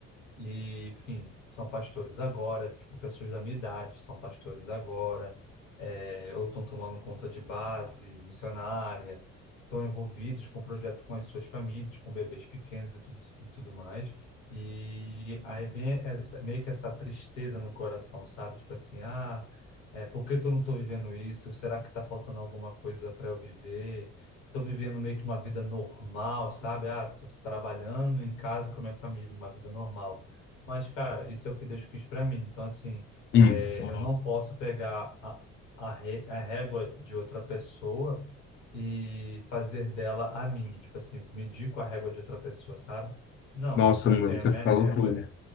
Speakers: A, on the left; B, on the left.
A: E, enfim, são pastores agora, tipo, pessoas da minha idade são pastores agora, é, ou estão tomando conta de base missionária, estão envolvidos com o projeto com as suas famílias, com bebês pequenos e tudo, e tudo mais. E aí vem essa- meio que essa tristeza no coração, sabe? Tipo assim, ah, é, por que que eu não estou vivendo isso? Será que está faltando alguma coisa para eu viver? Estou vivendo meio que uma vida normal, sabe? Ah, estou trabalhando em casa com a minha família, uma vida normal. Mas, cara, isso é o que Deus quis para mim. Então, assim,
B: Isso.
A: é, eu não posso pegar a, a, ré- a régua de outra pessoa e fazer dela a minha. Tipo assim, medir com a régua de outra pessoa, sabe? Não,
B: Nossa,
A: eu
B: mano,
A: tenho
B: você
A: a minha
B: falou
A: régua
B: tudo.